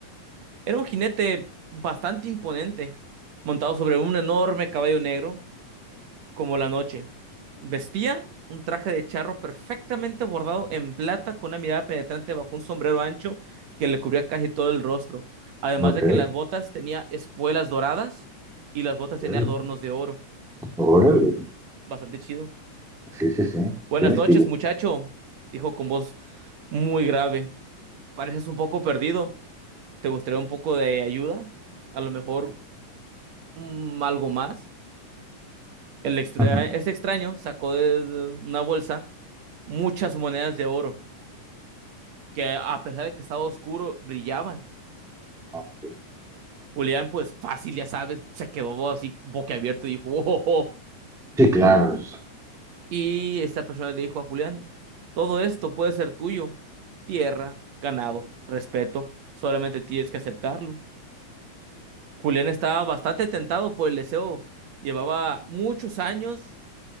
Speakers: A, on the right; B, in the centre.
A: Era un jinete bastante imponente, montado sobre un enorme caballo negro, como la noche. Vestía un traje de charro perfectamente bordado en plata, con una mirada penetrante bajo un sombrero ancho que le cubría casi todo el rostro. Además
B: Ok.
A: de que en las botas tenía espuelas doradas y las botas
B: Órale.
A: tenía adornos de oro.
B: órale.
A: Bastante chido.
B: Sí, sí, sí.
A: Buenas
B: Tiene
A: noches,
B: estilo.
A: muchacho, dijo con voz muy grave. Pareces un poco perdido. ¿Te gustaría un poco de ayuda? A lo mejor mm, algo más. El extra
B: Ujú,
A: este extraño sacó de de una bolsa muchas monedas de oro que a pesar de que estaba oscuro, brillaban.
B: ok.
A: Julián, pues fácil, ya sabes, se quedó así boquiabierto y dijo, "Oh, oh, oh".
B: Sí, claro. es-
A: Y esta persona le dijo a Julián, todo esto puede ser tuyo. Tierra, ganado, respeto, solamente tienes que aceptarlo. Julián estaba bastante tentado por el deseo. Llevaba muchos años